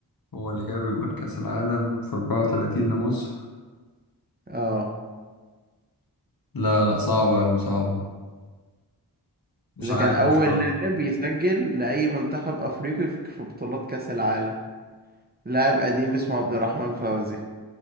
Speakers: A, on the left; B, on the right.
A: هو اللي جاب جون كأس العالم في 34 لمصر
B: اه
A: لا لا صعبة أوي صعبة مش
B: ده
A: عارف
B: كان اول
A: بصراحة.
B: لاعب يسجل لاي منتخب افريقي في في بطولات كاس العالم لاعب قديم اسمه عبد الرحمن فوزي